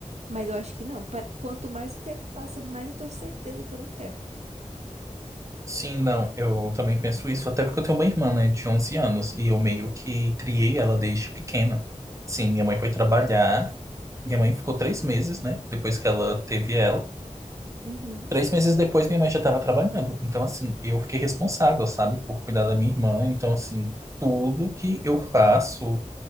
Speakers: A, on the right; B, on the right.
A: Mas eu acho que não. Pa- Quanto mais o tempo passa, mais eu tenho certeza que eu não quero.
B: Sim, não, eu também penso isso, até porque eu tenho uma irmã, né, de 11 anos, e eu meio que criei ela desde pequena. Sim, minha mãe foi trabalhar, minha mãe ficou três meses, né, depois que ela teve ela.
A: Uhum.
B: Três meses depois, minha mãe já estava trabalhando, então, assim, eu fiquei responsável, sabe, por cuidar da minha irmã, então, assim, tudo que eu faço,